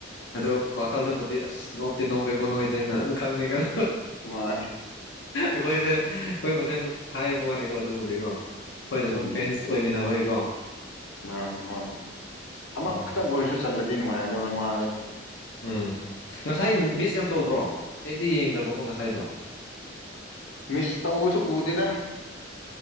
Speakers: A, on the left (about 65°); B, on the left (about 85°).
A: ꯑꯗꯣ ꯋꯥꯈꯜꯗꯕꯨꯗꯤ ꯑꯁ ꯅꯣꯞꯇꯤ ꯅꯣꯞꯄꯦꯕꯣ ꯅꯣꯏꯖꯦꯅ ꯗꯨꯝ ꯈꯜꯗꯤ ꯈꯜ꯫
B: ꯃꯥꯅꯦ꯫
A: ꯑꯈꯣꯏꯖꯦ ꯑꯈꯣꯏ ꯃꯁꯦꯟ ꯍꯥꯏꯕ ꯋꯥꯅꯦꯀꯣ ꯑꯗꯨꯕꯨꯗꯤꯀꯣ꯫ ꯈꯣꯏꯅ
B: ꯎꯝ
A: ꯗꯨꯝ ꯐꯦꯟꯁ ꯑꯣꯏꯃꯤꯟꯅꯕꯩ ꯀꯣ꯫
B: ꯃꯥꯅꯤ ꯃꯥꯅꯤ ꯑꯃꯥꯈꯇꯪ
A: ꯎꯝ
B: ꯑꯣꯏꯔꯁꯨ ꯆꯜꯂꯗꯤ ꯅꯨꯡꯉꯥꯏꯒꯗꯕ ꯃꯥꯗꯣ꯫
A: ꯎꯝ ꯉꯁꯥꯏ ꯃꯤꯁ ꯌꯥꯝ ꯇꯧꯕ꯭ꯔꯣ ꯑꯩꯗꯤ ꯌꯦꯡꯗꯕꯀꯣ ꯉꯁꯥꯏꯗꯣ꯫
B: ꯃꯤꯁ ꯇꯧꯕꯁꯨ ꯎꯗꯦꯗ꯫